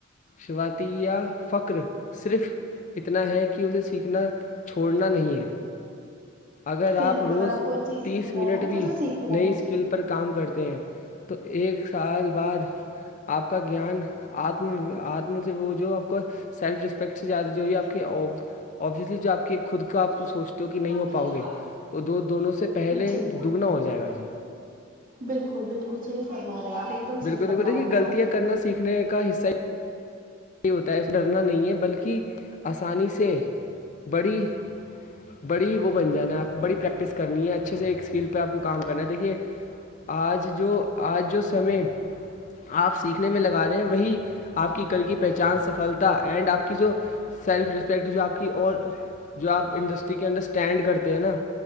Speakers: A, on the left; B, on the right.
A: شروعاتی یا فرق صرف اتنا ہے کہ اسے سیکھنا چھوڑنا نہیں ہے اگر
B: بالکل
A: آپ روز
B: اگر کوئی چیز
A: تیس
B: سیکھ رہے
A: منٹ
B: ہیں
A: بھی
B: تو اسے سیکھتے رہنا
A: نئی اسکیل پر کام کرتے ہیں تو ایک سال بعد آپ کا گیان اتم اتم سے وہ جو آپ کا سیلف ریسپیکٹ سے زیادہ جو بھی آپ کے ابویسلی جو آپ کے خود کا آپ سوچ تے ہو کے نہیں
B: چاہیے
A: ہو پاؤ گے وہ دو دونوں سے پہلے
B: جی
A: دگنا ہو جائے گا جی
B: بالکل بالکل صحیح فرما رہے آپ ایک دم
A: بالکل
B: صحیح فرما
A: بالکل دیکھیے
B: رہے ہیں
A: غلطیاں
B: آپ
A: کرنا سیکھنے کا حصہ ہی یہ ہوتا ہے ایسا ڈرنا نہیں ہے بلکہ آسانی سے بڑی بڑی وہ بن جانا ہے آپ کو بڑی پریکٹس کرنی ہے اچھے سے ایک اسکیل پہ آپ کو کام کرنا ہے دیکھیے آج جو آج جو سمے آپ سیکھنے میں لگا رہے ہیں وہی آپ کی کل کی پہچان سفلتا اینڈ آپ کی جو سیلف رسپیکٹ جو آپ کی اور جو آپ انڈسٹری کے اندر اسٹینڈ کرتے ہیں نا